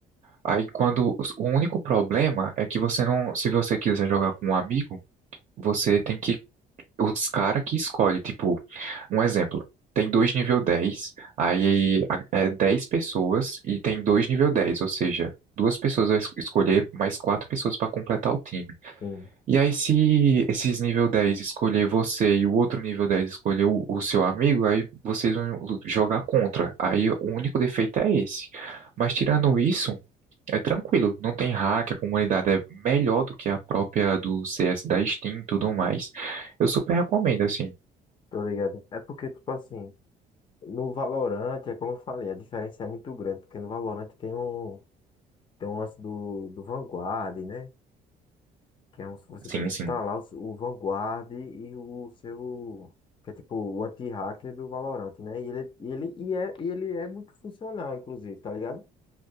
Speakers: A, on the right; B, on the left.
A: Aí quando o único problema é que você não, se você quiser jogar com um amigo, você tem que os cara que escolhe, tipo, um exemplo, tem dois nível 10, aí a- é 10 pessoas e tem dois nível 10, ou seja, duas pessoas vai es- escolher mais quatro pessoas para completar o time.
B: sim,
A: E aí se esses nível 10 escolher você e o outro nível 10 escolher o, o seu amigo, aí vocês vão lu- jogar contra. Aí o único defeito é esse. Mas tirando isso, é tranquilo, não tem hack, a comunidade é melhor do que a própria do CS da Steam e tudo mais. Eu super recomendo, assim.
B: tô ligado. É porque, tipo assim, no Valorant, é como eu falei, a diferença é muito grande, porque no Valorant tem um, tem um lance do, do Vanguard, né? Que é um- você
A: Sim,
B: tem que instalar
A: sim,
B: o, s- o Vanguard e o seu. Que é tipo o anti-hacker do Valorant, né? E ele, e ele, e é, e ele é muito funcional, inclusive, tá ligado?